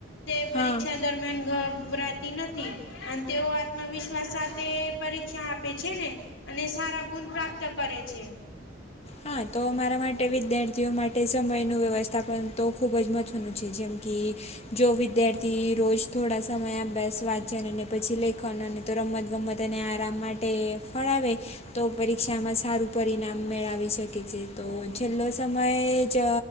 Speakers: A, on the left (about 75°); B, on the left (about 30°).
A: તે પરીક્ષા
B: હા
A: દરમિયાન ઘબરાતી નથી. અને તેઓ આત્મવિશ્વાસ સાથે પરીક્ષા આપે છે ને અને સારા ગુણ પ્રાપ્ત કરે છે.
B: હા તો મારા માટે વિદ્યાર્થીઓ માટે તે સમયનું વ્યવસ્થાપન તો ખૂબ જ મહત્ત્વનું છે જેમ કે જો વિદ્યાર્થી રોજ થોડા સમય અભ્યાસ વાંચ્યાન અને પછી લેખન તો રમત ગમત અને આરામ માટે ફળાવે તો પરીક્ષામાં સારું પરિણામ મેળાવી શકે છે તો છેલ્લો સમયે જ